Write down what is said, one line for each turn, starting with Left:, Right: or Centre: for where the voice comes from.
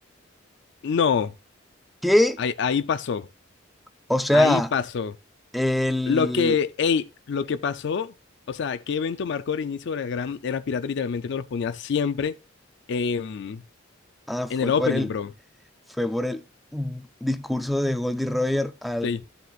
Left: no.
Centre: ¿Qué?
Left: Ahí, ahí pasó.
Centre: O sea,
Left: Ahí pasó.
Centre: el,
Left: Lo que, ey, lo que pasó, o sea, ¿qué evento marcó el inicio de la Gran Era Pirata? Literalmente nos los ponía siempre en,
Centre: Ah, fue
Left: en el opening,
Centre: por el,
Left: bro.
Centre: fue por el discurso de Goldie Roger al
Left: Sí,